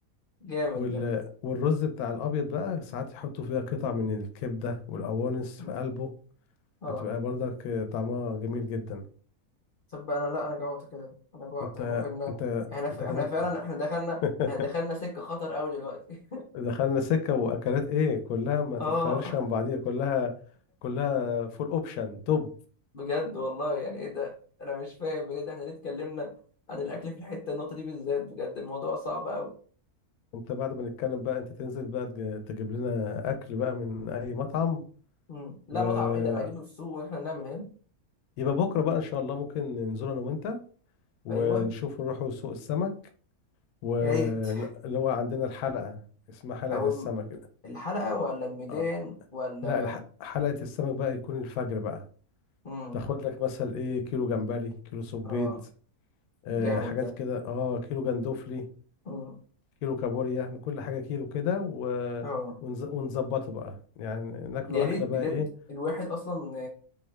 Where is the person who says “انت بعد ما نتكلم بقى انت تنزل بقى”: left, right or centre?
Left